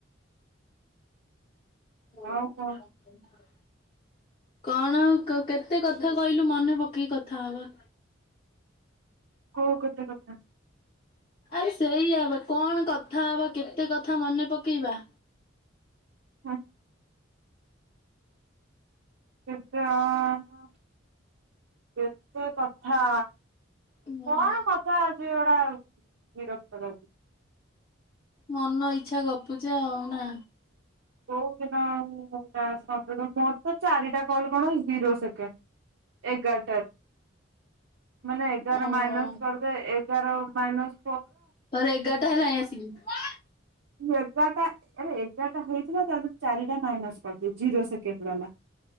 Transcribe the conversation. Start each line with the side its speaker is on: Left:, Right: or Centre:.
Left: ହଉ
Right: ଆଉ କଣ
Left: ଯହା କଣ କେତେ କଥା କହିଲୁ ମନେ ପକେଇ କଥା ହବା
Right: କଉ କଥା। ହଁ।
Left: ଆରେ ସେଇଆ ବା କଣ କଥା ହବା କେତେ କଥା ମନେପକେଇବା।
Right: ହୁଁ। କେତେ ଆଁ ଆଁ କେତେ କଥା
Left: ଉଁ,
Right: କଣ କଥା ଅଛି? ସେଗୁଡା ବିରକ୍ତ ଲା
Left: ମନ ଇଚ୍ଛା ଗପୁଚେ ଆଉ ନା।
Right: କୋଉ ଦିନ <inaudible> ମୋତ ଚାରିଟା କଲ କଣ ଜିରୋ ସେକେଣ୍ଡ ଏଗାରଟାରୁ ମାନେ ଏଗାର
Left: ଓହୋ
Right: ମାଇନସ କରିଦେ ଏ ଏଗାର ମାଇନସ୍
Left: ତାର ଏଗାରଟା ହେଲାଇଁ ଆସିକି
Right: ଏଗାରଟା ଏଗାରଟା ହୁ ତିକି ହ ତା ଚାରିଟା ମାଇନସ୍ କରିଦେ ଜିରୋ ସେକେଣ୍ଡ ବାଲା